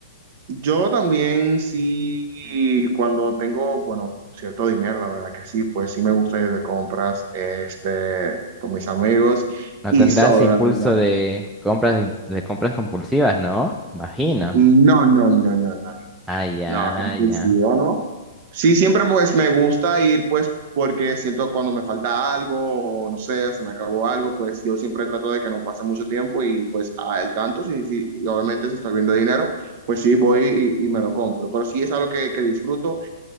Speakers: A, on the right; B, in the centre.
A: yo también sí, cuando tengo, bueno, cierto dinero, la verdad que sí, pues sí me gusta ir de compras, este, con mis amigos
B: No
A: y
B: tendrás
A: solo,
B: impulso
A: la verdad.
B: de compras, im- de compras compulsivas, ¿no? Imagino.
A: No, no, no, no, no,
B: Ah, ya,
A: no, compulsivo,
B: ya.
A: no. Sí, siempre pues me gusta ir, pues, porque siento cuando me falta algo, o no sé, se me acabó algo, pues yo siempre trato de que no pase mucho tiempo y pues al tanto, sí, sí, y obviamente si estoy viendo dinero, pues sí voy y, y me lo compro. Pero sí es algo que, que disfruto.